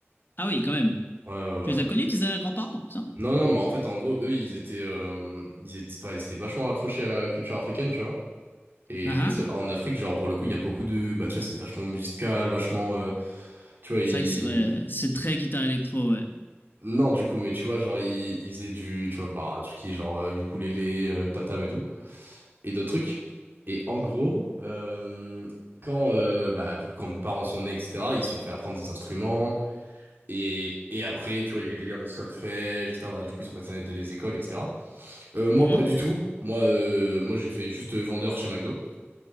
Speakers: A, on the left; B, on the right.
A: Ah oui, quand même.
B: ouais, ouais,
A: Tu les
B: ouais.
A: as connus, tes grands-parents, putain.
B: Non, non, mais en fait, en gros, eux, ils étaient, euh, ils étaient, enfin, ils étaient vachement accrochés à la culture africaine, tu vois. Et
A: Ah
B: bah, tu sais,
A: ah.
B: en Afrique, genre pour le coup, il y a beaucoup de, bah tu vois, c'est vachement musical, vachement, euh, tu vois, ils
A: C'est vrai que c'est ouais, c'est très guitare électro, ouais.
B: Non, du coup, mais tu vois, genre, ils, ils faisaient du, tu vois, bah, tout ce qui est genre euh, ukulélé, euh, tam-tam et tout, et d'autres trucs. Et en gros, euh, quand, euh, bah, du coup, quand mes parents sont nés, etc., ils se sont fait apprendre des instruments, et, et après, tu vois, il y a eu des délires de solfège, etc., bah, du coup, ils sont passés dans les écoles, etc. Euh, moi,
A: Mhm.
B: pas du tout. Moi, euh, moi j'ai fait juste euh, vendeur chez McDo.